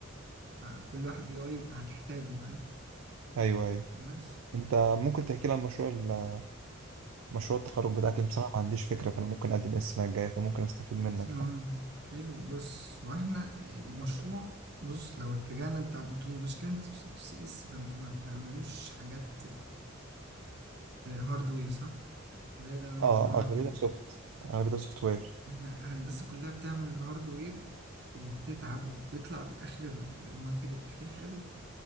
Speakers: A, on the right (about 50°); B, on the right (about 75°).
A: آه، كل واحد AI هتحتاجه فاهم
B: ايوه ايوه
A: الناس
B: انت ممكن تحكي لي عن مشروع ال- مشروع التخرج بتاعك اللي بصراحة ما عنديش فكرة فانا ممكن اقدم ايه السنة الجاية فممكن استفيد منك
A: آه،
B: يعني
A: حلو بص واحنا المشروع بص لو اتجهنا انت انتوا المشكله انت سي اس فانتوا ما بتعملوش حاجات هاردوير صح؟ قليل قوي لما
B: اه
A: بتعملوا
B: اغلبيتها
A: هاردوير
B: سوفت اغلبيتها سوفت وير
A: احنا هندسة كلها بتعمل الهاردوير وبتتعب وبتطلع لآخر المنتج الأخير حلو